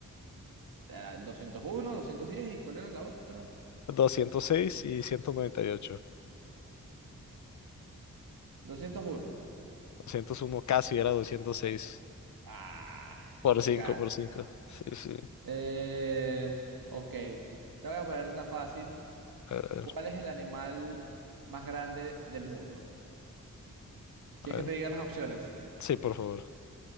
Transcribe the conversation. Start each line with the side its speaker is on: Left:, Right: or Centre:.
Right: Era doscientos uno doscientos diez ¿y cuál era la otra?
Left: doscientos seis y ciento noventa y ocho
Right: doscientos uno
Left: doscientos uno casi era doscientos seis
Right: Ah,
Left: Por cinco
Right: casi.
Left: por cinco Sí, sí.
Right: Eh, ok, te voy a poner una fácil.
Left: A ver, a ver,
Right: ¿Cuál es el animal más grande del mundo? ¿Quieres
Left: a ver.
Right: que te diga las opciones?
Left: Sí, por favor.